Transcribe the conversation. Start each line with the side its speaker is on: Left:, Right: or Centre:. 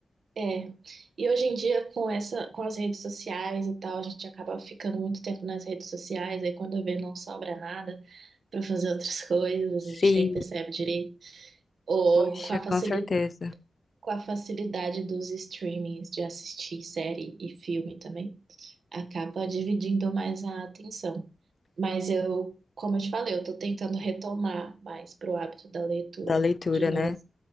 Right: É. E hoje em dia, com essa, com as redes sociais e tal, a gente acaba ficando muito tempo nas redes sociais, aí quando vê não sobra nada para fazer outras <laughs> coisas,
Left: Sim,
Right: a gente nem percebe direito. Ou
Left: poxa,
Right: com a facilidade,
Left: com certeza.
Right: com a facilidade dos streamings de assistir série e filme também. acaba dividindo mais a atenção. Mas eu, como eu te falei, eu tô tentando retomar mais pro hábito da leitura
Left: Da leitura,
Right: de novo.
Left: né?